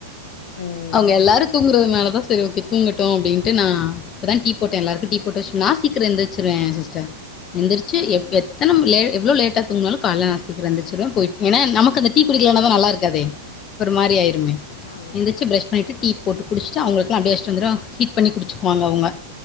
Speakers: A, on the left; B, on the left.
A: ம்
B: அவங்க எல்லாரு தூங்குறதுனாலதா சரி ஓகே தூங்கட்டூ அப்டின்ட்டு நா இப்பதா டீ போட்டே எல்லாருக்கு டீ போட்டு வச்சி நா சீக்கரோ எந்திர்ச்சிருவே சிஸ்டர் எந்திரிச்சி எப் எத்தனம் லே எவ்வளோ லேட்டா தூங்குனாலு கால்ல நா சீக்ரோ எந்திச்சிருவே போய்ட் ஏனா நமக்கு அந்த டீ குடிக்கலனாதா நல்லா இருக்காதே ஒரு மாரி ஆயிருமே
A: ஆ ஆ.
B: எந்திச்சி பிரஷ் பண்ணிட்டு டீ போட்டு குடிச்ட்டு அவங்களுக்குலா அப்டியே வச்ட்டு வந்துருவே ஹீட் பண்ணி குடிச்சுக்குவாங்க அவங்க